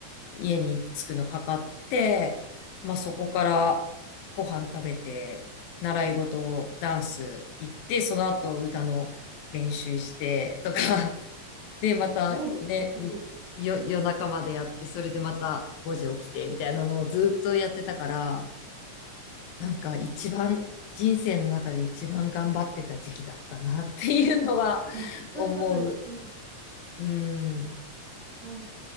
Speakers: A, on the left (about 80°); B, on the right (about 65°).
A: 家に着くのかかって、まあそこからご飯食べて、習い事、ダンス行って、その後歌の練習してとか、で、またね、
B: すごいね、本当に。
A: よ、夜中までやって、それでまた5時起きて、みたいなのをずっとやってたから、なんか一番、
B: うん。
A: 人生の中で一番頑張ってた時期だったなっていうのは
B: いや、
A: <laughs>
B: 本当にまさに、
A: 思う。
B: うん、す
A: うん、
B: ごい。